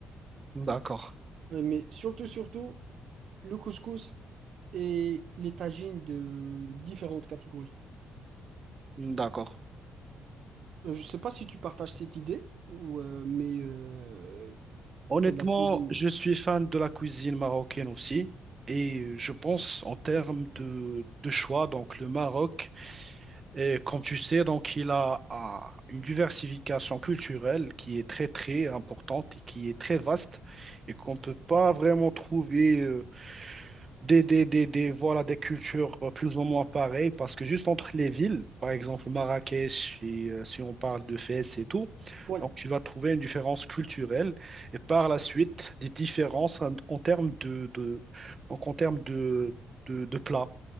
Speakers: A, on the right; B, on the right.
A: d'accord,
B: Euh, mais surtout, surtout, le couscous et les tagines de différentes catégories.
A: d'accord.
B: Euh, je sais pas si tu partages cette idée, ou, euh, mais euh,
A: Honnêtement,
B: Et La cuisine.
A: je suis fan de la cuisine marocaine aussi. Et euh, je pense en termes de, de choix, donc le Maroc, et comme tu sais, donc il a, a une diversification culturelle qui est très très importante et qui est très vaste et qu'on ne peut pas vraiment trouver. euh, des, des, des, des- voilà, des cultures euh, plus ou moins pareilles, parce que juste entre les villes, par exemple Marrakech, si, euh, si on parle de Fès et tout,
B: Oui,
A: donc tu vas trouver une différence culturelle et par la suite des différences en, en termes de, de- donc en termes de, de, de plats.